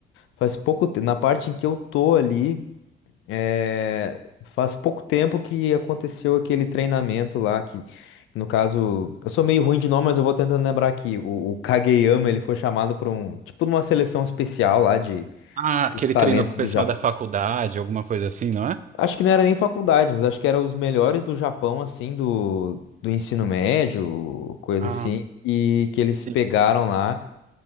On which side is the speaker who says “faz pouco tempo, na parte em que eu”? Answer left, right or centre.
Left